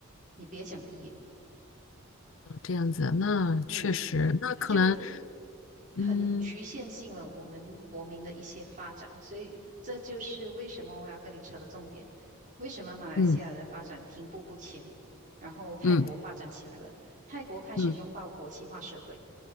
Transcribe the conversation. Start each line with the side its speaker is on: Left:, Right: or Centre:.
Right: 你别想毕业。
Left: 这样子，那确实，
Right: 嗯，
Left: 那可能，
Right: 它就很局限性了我们国民的一些发展，
Left: 嗯
Right: 所以这就是为什么我要跟你扯的重点，为什么马来西亚的发展停步不前，
Left: 嗯
Right: 然后泰国发展起来了，
Left: 嗯
Right: 泰国开始拥抱国际化社会，
Left: 嗯，